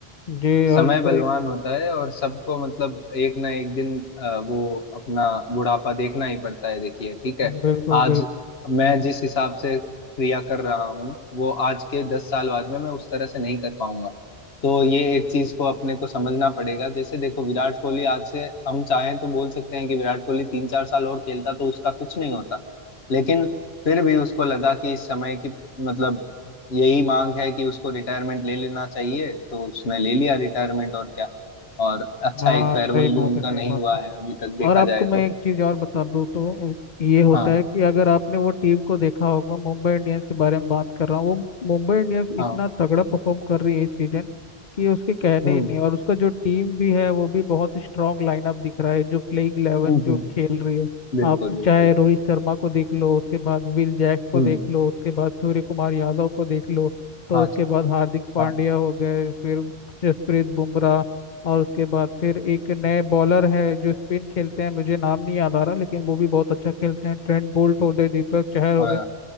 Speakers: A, on the left; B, on the left.
A: जी और
B: समय बलवान
A: अ,
B: होता है और सबको मतलब एक ना एक दिन अ, वो अपना बुढ़ापा देखना ही पड़ता है देखिए ठीक है
A: बिल्कुल
B: आज
A: बिल्कुल
B: मैं जिस हिसाब से क्रिया कर रहा हूँ वो आज के दस साल बाद में मैं उस तरह से नहीं कर पाऊंगा तो ये एक चीज को अपने को समझना पड़ेगा जैसे देखो विराट कोहली आज से हम चाहें तो बोल सकते हैं कि विराट कोहली तीन चार साल और खेलता तो उसका कुछ नहीं होता लेकिन फिर भी उसको लगा कि इस समय की मतलब यही मांग है कि उसको रिटायरमेंट ले लेना चाहिए तो उसने ले लिया रिटायरमेंट और क्या और अच्छा
A: हाँ
B: एक फेयरवेल
A: सही बात
B: भी उनका
A: है सही
B: नहीं
A: बात
B: हुआ है अभी तक देखा
A: और आपको
B: जाए
A: मैं
B: तो
A: एक चीज़ और बता दूँ तो ये होता
B: हाँ
A: है कि अगर आपने वो टीम को देखा होगा मुंबई इंडियंस के बारे में बात कर रहा हूँ वो मुंबई इंडियंस इतना
B: हाँ
A: तगड़ा परफॉर्म कर रही है इस सीजन कि उसके कहने
B: हम्म
A: ही नहीं और उसका जो टीम भी है वो भी बहुत स्ट्रांग लाइनअप दिख रहा है जो प्लेइंग 11
B: हम्म
A: जो
B: हम्म,
A: खेल रही है
B: बिल्कुल
A: आप
B: बिल्कुल
A: चाहे रोहित शर्मा को देख लो उसके बाद विल जैक्स को
B: हम्म
A: देख लो उसके बाद सूर्य कुमार यादव को देख लो तो
B: हाँ
A: उसके
B: जी
A: बाद हार्दिक पांड्या
B: हाँ
A: हो गए फिर जसप्रीत बुमराह और उसके बाद फिर एक नए बॉलर है जो स्पिन खेलते हैं मुझे नाम नहीं याद आ रहा लेकिन वो भी बहुत अच्छा खेलते हैं ट्रेंट बोल्ट हो गए दीपक चहर
B: अ,
A: हो गए